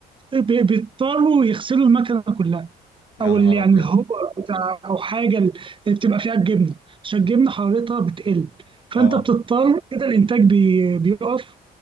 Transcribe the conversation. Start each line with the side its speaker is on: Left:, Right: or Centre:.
Right: ب- بيضطروا يغسلوا المكنه كلها
Left: يا
Right: او
Left: نهار
Right: اللي يعني
Left: ابيض
Right: الهوبر بتاع او حاجه اللي بتبقى فيها الجبنه عشان الجبنه حرارتها بتقل فانت
Left: اه
Right: بتضطر كده الانتاج بي- بيقف